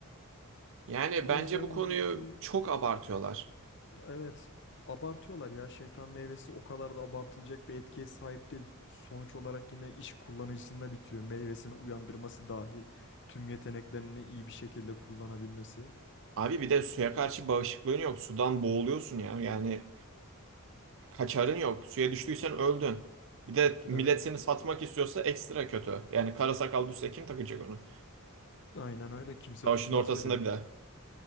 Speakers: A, on the right (about 60°); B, on the left (about 55°).
A: Yani
B: Bu
A: bence
B: yüzden
A: bu konuyu
B: Luffy
A: çok abartıyorlar.
B: Evet, abartıyorlar ya. Şeytan meyvesi o kadar da abartılacak bir etkiye sahip değil. Sonuç olarak yine iş kullanıcısında bitiyor. Meyvesini uyandırması dahil tüm yeteneklerini iyi bir şekilde kullanabilmesi.
A: Abi bir de suya karşı bağışıklığın yok. Sudan boğuluyorsun ya. Yani Kaçarın yok. Suya düştüysen öldün. Bir de millet
B: Evet,
A: seni satmak istiyorsa ekstra kötü. Yani kara sakal düşse kim takacak onu?
B: aynen öyle. Kimse
A: Savaşın
B: tutmaz
A: ortasında
B: bile.
A: bir de.